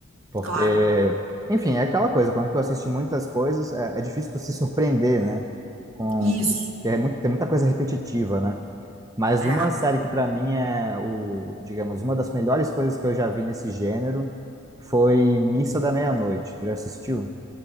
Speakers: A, on the right (about 15°); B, on the right (about 65°).
A: Porque,
B: claro.
A: enfim, é aquela coisa, quando tu assiste muitas coisas, é, é difícil tu se surpreender, né? Com,
B: Isso.
A: que é muito, tem muita coisa repetitiva, né? Mas
B: É.
A: uma série que para mim é o, digamos, uma das melhores coisas que eu já vi nesse gênero foi Missa da Meia-Noite. Tu já assistiu?